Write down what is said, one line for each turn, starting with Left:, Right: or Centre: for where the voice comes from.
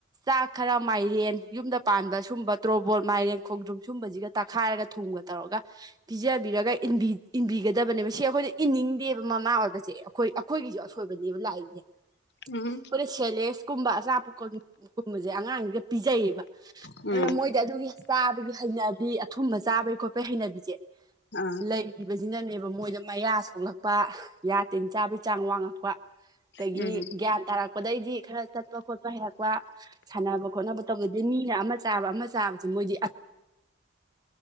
Right: ꯆꯥꯛ ꯈꯔ ꯃꯥꯏꯔꯦꯟ ꯌꯨꯝꯗ ꯄꯥꯟꯕ ꯁꯨꯝꯕ ꯇ꯭ꯔꯣꯕꯣꯜ ꯃꯥꯏꯔꯦꯟ ꯈꯣꯡꯗ꯭ꯔꯨꯝ ꯁꯨꯝꯕꯁꯤꯒ ꯇꯛꯈꯥꯏꯔꯒ ꯊꯨꯝꯒ ꯇꯧꯔꯒ ꯄꯤꯖꯕꯤꯔꯒ ꯏꯟꯕꯤꯒꯗꯕꯅꯦꯕ ꯁꯤ ꯑꯩꯈꯣꯏꯗ ꯏꯟꯅꯤꯡꯗꯦ ꯃꯃꯥ ꯑꯣꯏꯕꯁꯦ ꯑꯩꯈꯣꯏ ꯑꯩꯈꯣꯏꯒꯤꯁꯨ ꯑꯁꯣꯏꯕꯅꯦꯕ ꯂꯥꯛꯏꯁꯦ꯫
Left: ꯎꯝ꯫
Right: ꯑꯩꯈꯣꯏꯅ ꯁꯦꯂꯦꯁꯀꯨꯝꯕ ꯑꯆꯥꯄꯀꯣꯜꯒꯨꯝꯕꯁꯦ ꯑꯉꯥꯡꯁꯦ ꯄꯤꯖꯩꯌꯦꯕ
Left: ꯎꯝ
Right: ꯑꯗꯨꯅ ꯃꯣꯏ꯫ ꯑꯗꯨꯒꯤ ꯆꯥꯕꯒꯤ ꯍꯩꯅꯕꯤ ꯑꯊꯨꯝꯕ ꯆꯥꯕꯒꯩ ꯈꯣꯠꯄꯒꯤ ꯍꯩꯅꯕꯤꯁꯦ꯫
Left: ꯑꯥ꯫
Right: ꯂꯩꯒꯤꯕꯁꯤꯅꯅꯦꯕ ꯃꯣꯏꯗ ꯃꯌꯥ ꯁꯣꯛꯂꯛꯄ ꯌꯥ ꯇꯤꯟ ꯆꯥꯕꯒꯤ ꯆꯥꯡ ꯋꯥꯡꯉꯛꯄ꯫ ꯑꯗꯒꯤ
Left: ꯎꯝ
Right: ꯒ꯭ꯌꯥꯟ ꯇꯥꯔꯛꯄꯗꯩꯗꯤ ꯈꯔ ꯆꯠꯄ ꯈꯣꯠꯄ ꯍꯩꯔꯛꯄ꯫ ꯋꯥ ꯁꯥꯟꯅꯕ ꯈꯣꯠꯅꯕ ꯇꯧꯕꯗꯤ ꯃꯤꯅ ꯑꯃ ꯆꯥꯕ ꯑꯃ ꯆꯥꯕꯁꯤ ꯃꯣꯏꯗꯤ꯫ <inaudible>